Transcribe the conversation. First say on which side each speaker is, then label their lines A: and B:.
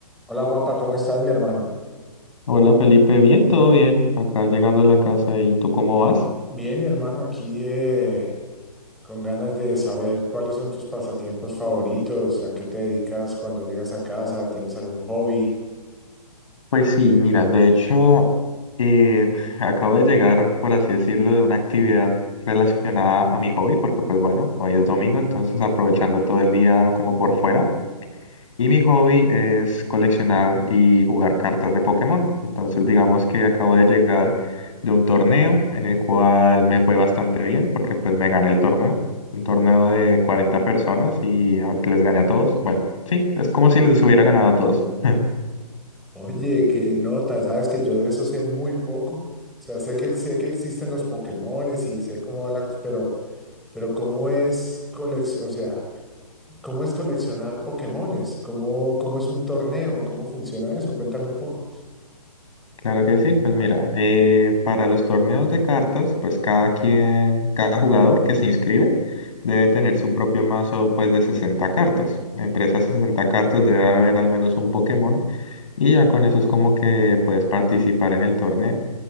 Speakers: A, in the centre; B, on the left.
A: Hola Juanpa, ¿cómo estás, mi hermano?
B: Hola Felipe, bien, todo bien, acá llegando a la casa, ¿y tú cómo vas?
A: Bien, mi hermano, aquí eh, con ganas de saber cuáles son tus pasatiempos favoritos, a qué te dedicas cuando llegas a casa, ¿tienes algún hobby?
B: Pues sí, mira, de hecho, eh, acabo de llegar, por así decirlo, de una actividad relacionada a mi hobby, porque pues bueno, hoy es domingo, entonces aprovechando todo el día como por fuera. Y mi hobby es coleccionar y jugar cartas de Pokémon. Entonces, digamos que acabo de llegar de un torneo en el cual me fue bastante bien porque pues me gané el torneo. Un torneo de 40 personas y a- les gané a todos. Bueno, sí, es como si les hubiera ganado a todos. <laughs>
A: Oye, qué nota, sabes que yo de eso sé muy poco. O sea, sé que sé que existen los Pokémones y sé cómo va la cosa, pero pero cómo es colección, o sea, cómo es coleccionar Pokémones, cómo cómo es un torneo, cómo funciona eso, cuéntame un poco.
B: Claro que sí, pues mira, eh, para los torneos de cartas, pues cada quien, cada jugador que se inscribe debe tener su propio mazo pues de 60 cartas. Entre esas 60 cartas debe haber al menos un Pokémon y ya con eso es como que puedes participar en el torneo.